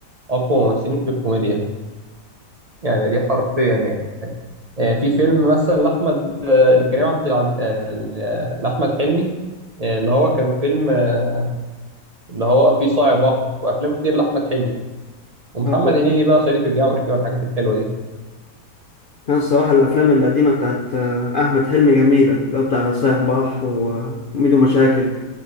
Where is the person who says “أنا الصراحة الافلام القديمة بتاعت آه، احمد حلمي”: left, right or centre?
Left